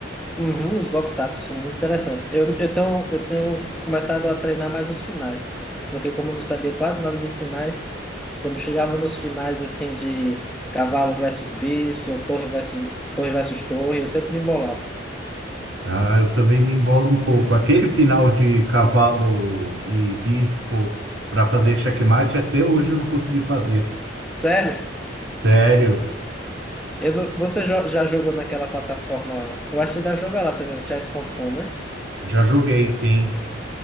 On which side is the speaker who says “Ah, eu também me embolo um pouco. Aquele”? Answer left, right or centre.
Right